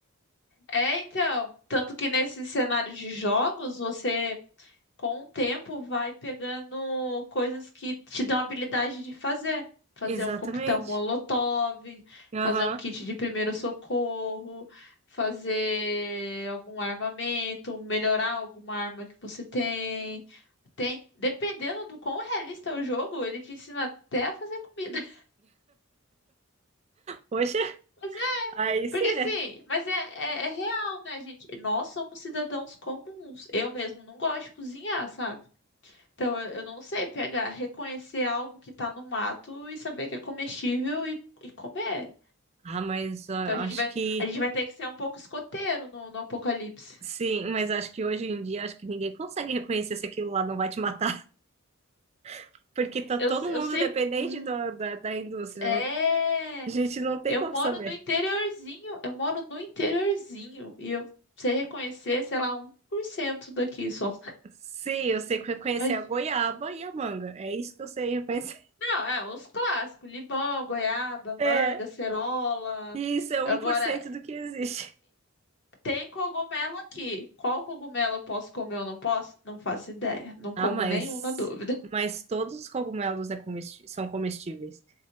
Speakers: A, on the left (about 55°); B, on the right (about 30°).
A: É, então, tanto que nesse cenário de jogos, você com o tempo vai pegando coisas que te dão habilidade de fazer. Fazer
B: Exatamente.
A: um coquetel molotov,
B: Aham.
A: fazer um kit de primeiro socorro, fazer algum armamento, melhorar alguma arma que você tem. Tem, dependendo do quão realista é o jogo, ele te ensina até a fazer comida. <laughs>
B: Poxa,
A: Mas é,
B: aí sim,
A: porque assim,
B: né?
A: mas é, é, é real, né, gente? Nós somos cidadãos comuns. Eu mesmo não gosto de cozinhar, sabe? Então eu, eu não sei pegar, reconhecer algo que tá no mato e saber que é comestível e, e comer.
B: Ah, mas ó,
A: Então
B: eu
A: a gente
B: acho
A: vai,
B: que
A: a gente vai ter que ser um pouco escoteiro no, no apocalipse.
B: sim, mas acho que hoje em dia acho que ninguém consegue reconhecer se aquilo lá não vai te matar, <laughs> porque tá todo
A: Eu, eu
B: mundo
A: sei.
B: dependente
A: hum,
B: do- da, da indústria.
A: É.
B: Não- a gente não tem
A: Eu
B: como
A: moro
B: saber.
A: no interiorzinho, eu moro no interiorzinho. E eu sei reconhecer, sei lá, um por cento daqui só.
B: Sim, eu sei reconhecer
A: Mas,
B: a goiaba e a manga. É isso que eu sei reconhecer.
A: não, é, os clássicos: limão, goiaba, manga,
B: <laughs>
A: cerola.
B: E isso é um
A: Agora,
B: por cento do que existe.
A: tem cogumelo aqui. Qual cogumelo eu posso comer ou não posso? Não faço ideia. Não
B: Ah,
A: como
B: mas,
A: nenhum na dúvida.
B: mas todos os cogumelos é comesti- são comestíveis.